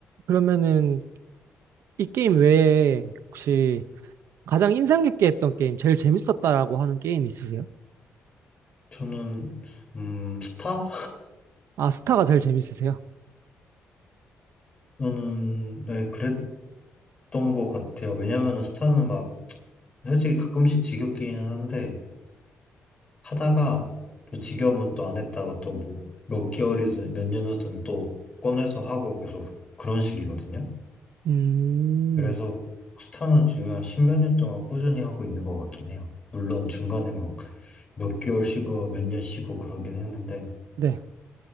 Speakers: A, on the right; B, on the left.
A: 그러면은 이 게임 외에 혹시 가장 인상 깊게 했던 게임, 제일 재밌었다라고 하는 게임 있으세요?
B: 저는, 음, 스타?
A: 아, 스타가 제일 재밌으세요?
B: 저는, 네, 그랬던 것 같아요. 왜냐면은 스타는 막, 솔직히 가끔씩 지겹기는 한데, 하다가 또 지겨우면 또 안 했다가 또 뭐, 몇 개월이든 몇 년 후든 또 꺼내서 하고 계속 그런 식이거든요.
A: 음,
B: 그래서 스타는 지금 한 십몇 년 동안 꾸준히 하고 있는 것 같긴 해요. 물론 중간에 막 몇 개월 쉬고 몇 년 쉬고 그러긴 했는데
A: 네.